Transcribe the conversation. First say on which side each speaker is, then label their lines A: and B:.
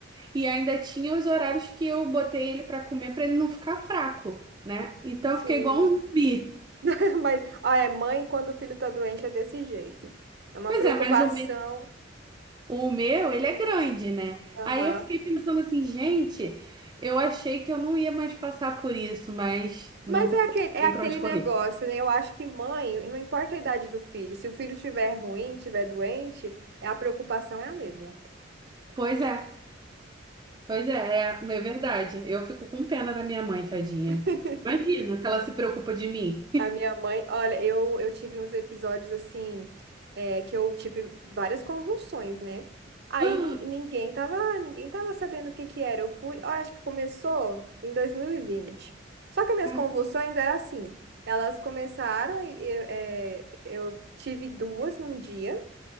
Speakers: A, on the right (about 25°); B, on the right (about 60°).
A: E ainda tinha os horários que eu botei ele pra comer pra ele não ficar fraco, né? Então
B: Sim.
A: eu fiquei igual um zumbi.
B: <laughs> Mas, ah, é mãe quando o filho tá doente é desse jeito. É uma
A: Pois
B: preocupação.
A: é, mais ou menos. O meu, ele é grande, né?
B: Aham.
A: Aí eu fiquei pensando assim, gente, eu achei que eu não ia mais passar por isso, mas
B: Mas
A: não tem
B: é aquele, é
A: tem
B: aquele
A: pra onde correr.
B: negócio, né? Eu acho que mãe, não importa a idade do filho, se o filho estiver ruim, estiver doente, é a preocupação é a mesma.
A: Pois é, pois é, é, é verdade. Eu fico com pena da minha mãe, tadinha.
B: <laughs>
A: Imagina que ela se preocupa de mim.
B: A minha mãe, olha, eu, eu tive uns episódios assim, é, que eu tive várias convulsões, né? Aí
A: <laughs>
B: ni- ninguém tava, ninguém tava sabendo o que que era. Eu fui, eu acho que começou em 2020. Só que minhas
A: Caramba.
B: convulsões eram assim, elas começaram, e, e- é, eu tive duas num dia.